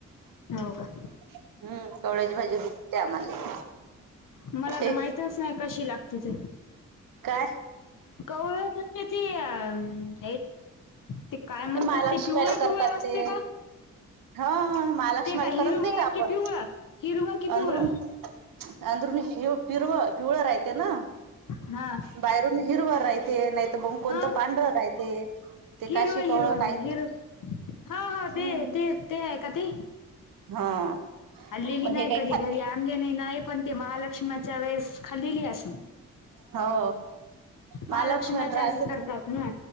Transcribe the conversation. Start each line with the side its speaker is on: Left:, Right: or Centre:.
Left: हो का.
Right: हम्म कवळ्याची भाजी रुतते आम्हाला.
Left: मला आता
Right: ते
Left: माहितच नाही, कशी लागते ते?
Right: काय
Left: कवाळ म्हणजे ती अ <unintelligible> ते काय म्हणतात,
Right: महालक्ष्मीला
Left: ते पिवळे
Right: करतात
Left: पिवळे असते
Right: ते.
Left: का?
Right: हा महालक्ष्मीला
Left: ते का हिरवं
Right: करत नाही का आपण,
Left: की पिवळं हिरवं की पिवळं
Right: अंदरून अंदरुनी हिरवं पिरव पिवळं राहहिते ना?
Left: हा
Right: बाहेरून हिरवा राहिते, नाहीतर मग कोणतं
Left: हा
Right: पांढरं राहित. ते ते
Left: हिरव
Right: काशी
Left: हिरव
Right: कवळ काहीतर.
Left: हो हिर हा हो ते
Right: हम्म.
Left: ते ते आहे का ते
Right: हा.
Left: खाल्लेली
Right: पण हे
Left: नाही,
Right: काही
Left: कधी
Right: खात
Left: घरी आणले नाही. नाही पण ते महालक्ष्मीच्या वेळेस खाल्लेली असण.
Right: हो. महालक्ष्मीला
Left: महालक्ष्मीच्यास
Right: राहते
Left: वेळी करतात
Right: ते
Left: ना.